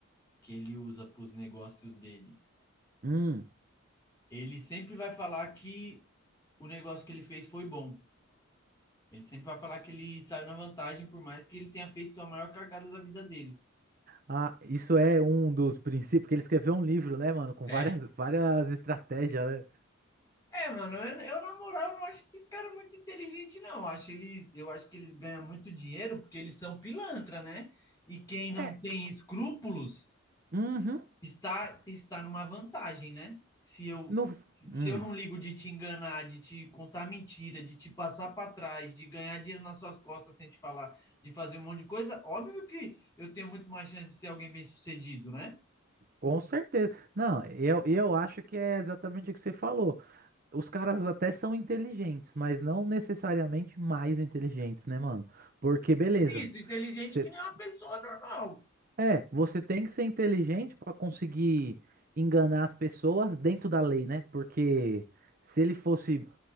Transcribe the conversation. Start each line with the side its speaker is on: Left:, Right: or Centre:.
Left: que ele usa para os negócios dele.
Right: hum.
Left: Ele sempre vai falar que o negócio que ele fez foi bom. Ele sempre vai falar que ele saiu na vantagem, por mais que ele tenha feito a maior cagada da vida dele.
Right: Ah, isso é um dos princípios, porque ele escreveu um livro, né, mano, com
Left: É.
Right: várias, várias estratégias, né?
Left: É, mano, eu, eu, na moral não acho esses caras muito inteligentes, não. Eu acho, eles, eu acho que eles ganham muito dinheiro porque eles são pilantra, né? E quem não
Right: É,
Left: tem escrúpulos
Right: uhum,
Left: está, está numa vantagem, né? Se eu,
Right: no,
Left: se
Right: hum,
Left: eu não ligo de te enganar, de te contar mentira, de te passar para trás, de ganhar dinheiro nas suas costas sem te falar, de fazer um monte de coisa, óbvio que eu tenho muito mais chance de ser alguém bem-sucedido, né?
Right: com certeza. Não, eu, eu acho que é exatamente o que você falou. Os caras até são inteligentes, mas não necessariamente mais inteligentes, né, mano? Porque, beleza,
Left: Isso, inteligente
Right: você,
Left: que nem uma pessoa normal.
Right: é, você tem que ser inteligente pra conseguir enganar as pessoas dentro da lei, né? Porque se ele fosse